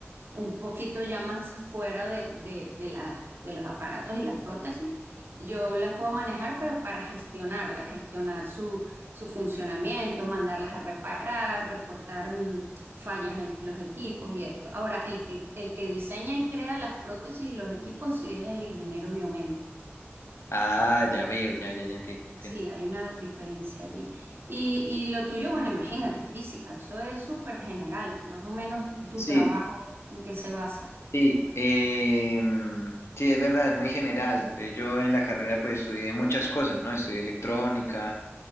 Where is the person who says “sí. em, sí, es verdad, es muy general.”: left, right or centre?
Left